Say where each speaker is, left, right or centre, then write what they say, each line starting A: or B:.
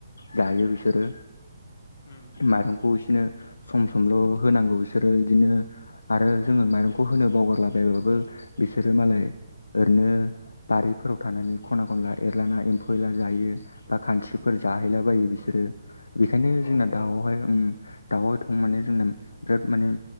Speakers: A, on the left (about 80°); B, on the left (about 60°).
A: जायो बिसोरो
B: उम
A: माइरं खौ इसोनो सम समल' होनांगौ इसोरो इदिनो आरो जोङो माइरंखौ होनो बावगारला बायबाबो बिसोरो मालाय ओरैनो बारिफोराव थानानै खना खनला एरलाना एम्फौ एनला जायो। बा खानस्रिफोर
B: औ
A: जाहैलाबायो बिसोरो बेखायनो
B: औ
A: जोंना दाउआहाय
B: औ
A: ओम दाउआ एदथ'बां माने जोंना बिराद माने